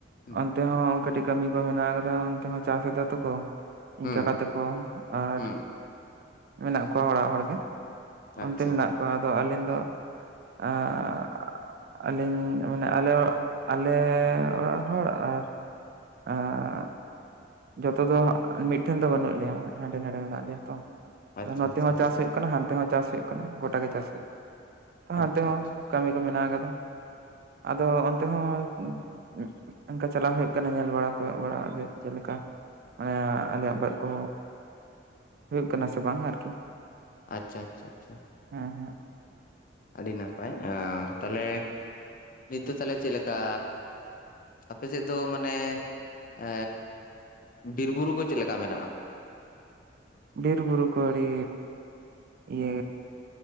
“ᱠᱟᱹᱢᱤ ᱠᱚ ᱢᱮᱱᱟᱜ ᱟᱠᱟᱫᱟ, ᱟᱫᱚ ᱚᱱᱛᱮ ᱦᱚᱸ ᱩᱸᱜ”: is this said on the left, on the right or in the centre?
Right